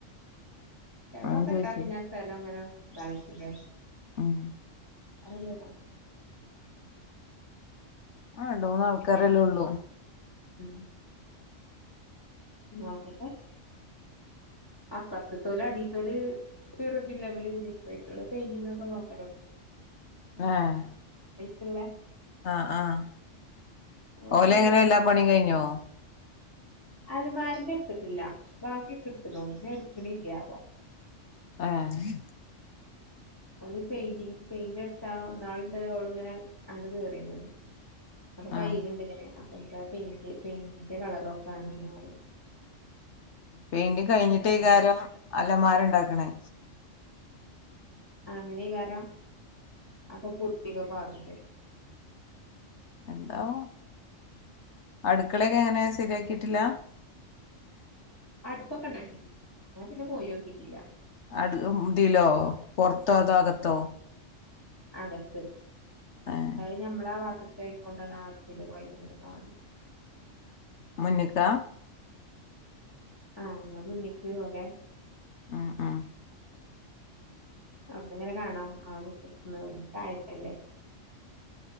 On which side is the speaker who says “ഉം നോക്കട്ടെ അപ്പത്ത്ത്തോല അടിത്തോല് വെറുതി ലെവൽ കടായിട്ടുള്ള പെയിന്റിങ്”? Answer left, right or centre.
Left